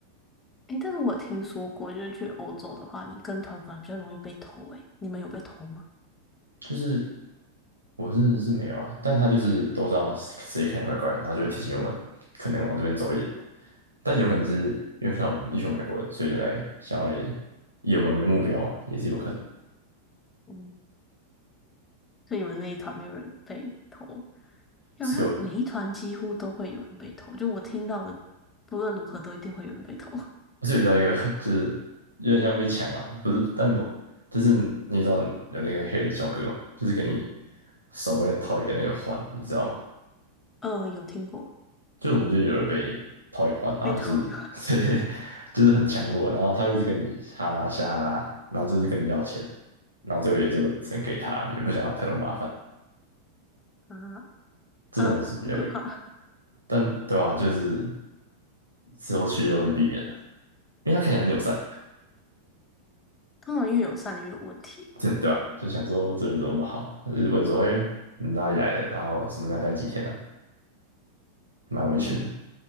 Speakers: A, on the left (about 15°); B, on the right (about 85°).
A: 诶，但是我听说过，就是去欧洲的话，你跟团反而比较容易被偷。诶，你们有被偷吗？
B: 就是我是是没有啦，但他就是都知道谁谁看起来怪怪，然后就会提醒我们可能往这边走一点，但有可能是因为看到我们一群外国人，所以来想要来以我们为目标嘛，也是有可能。
A: 嗯，所以你们那一团没有人被偷，好像每一团几乎都会有人被偷。
B: 是有
A: 就我听到的，不论如何都一定会有人被偷。
B: 我是有遇到一个，就是有点像被抢嘛，不是，但我就是你也知道有那个黑人小哥嘛，就是给你手会套一个那个环，你知道吗？
A: <laughs> 呃，有听过
B: 就我们就有人被套一个环，然后就是
A: 被偷有
B: <laughs> 对就是很强迫，然后他会一直跟你哈拉下哈拉，然后就是跟你要钱，然后最后也就只能给他，也不想要太多麻烦，
A: <laughs> 啊
B: 这种是比较有了，
A: 啊，好可怕！
B: 但对啊，就是之后去就会避免的，因为他看起来很友善，
A: 通常越友善越有问题。
B: 真的啊，就想说这人怎么那么好啊？就是问说，哎、你哪里来的？然后什么你要待几天啊？蛮危险的。
A: 哦，